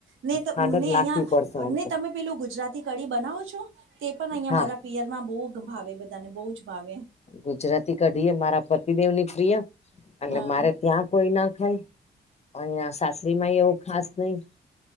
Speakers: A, on the right; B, on the left.
A: ન તો
B: ખાંડ
A: ને
B: જ નાખવી
A: અહિયાં
B: પડશે આમ
A: ને
B: તો
A: તમે પેલું ગુજરાતી કડી બનાવો છો તે પણ અહિયાં
B: હા
A: મારા પિયરમાં બહુ ભાવે બધા ને બહ જ ભાવે
B: ગુજરાતી કઢીએ મારા પતિદેવની પ્રિય એટલે
A: હા
B: મારે ત્યાં કોઈ ના ખાય અહિયા સાસરી ય એવું ખાસ નઈ